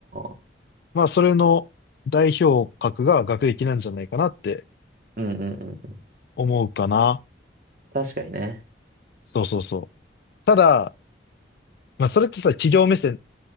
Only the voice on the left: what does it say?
まあ、それの代表格が学歴なんじゃないかなって
思うかな。
そうそうそう。ただ、まあ、それってさ、企業目線